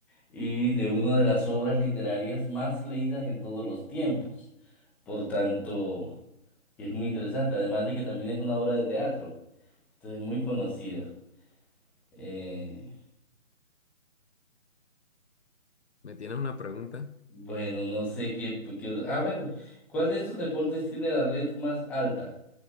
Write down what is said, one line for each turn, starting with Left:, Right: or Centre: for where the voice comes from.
Centre: y de una de las obras literarias más leídas en todos los tiempos. Por tanto, es muy interesante, además de que también es una obra de teatro, entonces es muy conocida. Eh,
Left: me tienes una pregunta.
Centre: Bueno, no sé qué, qué... otra- Ah, bueno. ¿Cuál de estos deportes tiene la red más alta?